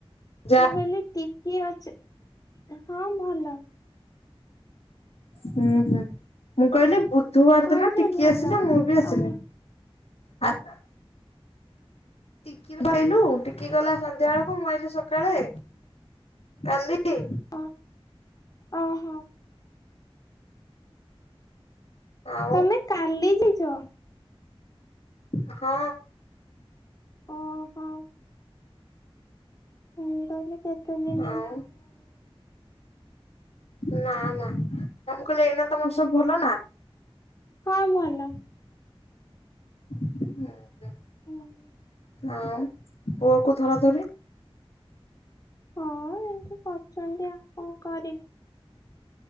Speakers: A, on the left; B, on the left.
A: ଯା
B: ମୁଁ କହିଲି ଟିକି ଅଛ ହଁ ଭଲ।
A: ହୁଁ ହୁଁ ମୁଁ କହିଲି ବୁଧବାର
B: ହଁ
A: ଦିନ
B: ଝିଅ
A: ଟିକି
B: ଭଲ
A: ଆସିଲା ମୁଁ ବି ଆସିଲି।
B: ଆଉ
A: ଆଉ <unintelligible> ଟିକି ର ଆଇଲୁ ଟିକି ଗଲା ସନ୍ଧ୍ୟା ବେଳକୁ ମୁଁ ଆଇଲିି ସକାଳେ କାଲି
B: ଓ ଓହୋ।
A: ହଁ। <unintelligible>
B: ତମେ କାଲି ଯାଇଛ।
A: ହଁ।
B: ଓହୋ। ମୁଁ କହିଲି କେତେ ଦିନ
A: ଆଉ
B: ହେଲା ଗଲାଣି
A: ନା ନା ମୁଁ କହିଲେ ଏଇନା ତମର ସବୁ ଭଲ ନା?
B: ହଁ ଭଲ।
A: ନା ନା।
B: <unintelligible>
A: ଆଉ ପୁଅକୁ ଧରାଧରି?
B: ହଁ ଏମିତି କରୁଛନ୍ତି ଆଉ କଣ କରିବି?